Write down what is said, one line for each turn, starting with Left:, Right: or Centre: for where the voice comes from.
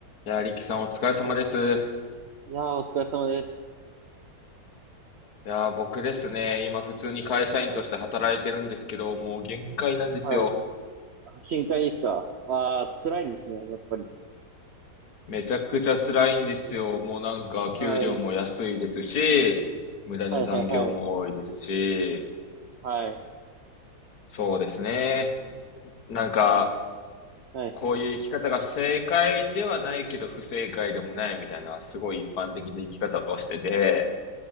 Left: いやー、リキさんお疲れ様です。い
Right: いやー、お疲れ様です。
Left: やー、僕ですね、今普通に会社員として働いてるんですけど、
Right: はい。
Left: もう限界なんですよ。
Right: はい。あ、深海ですかああー、辛いんですね、やっぱり。
Left: めちゃくちゃ辛いんですよ。もうなんか給料も安いですし、
Right: はい。
Left: 無駄に残業も多いですし、
Right: はい、はい、はい。はい。
Left: そうですね。
Right: うん
Left: なんか、
Right: はい。はい。
Left: こういう生き方が正解ではないけど不正解でもないみたいな、すごい一般的な生き方をしてて、